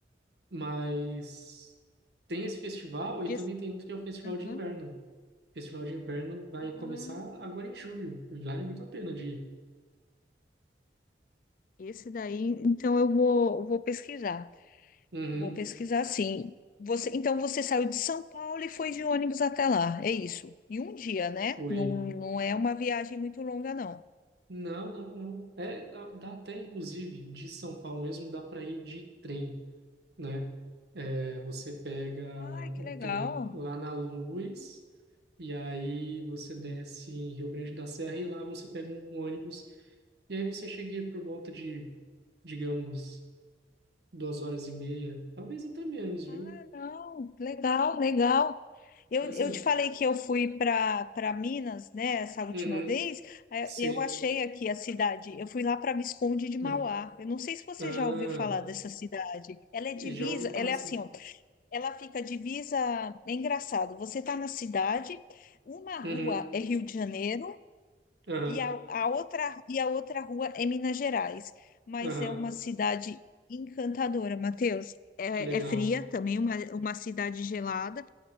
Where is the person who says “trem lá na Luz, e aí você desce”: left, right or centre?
Right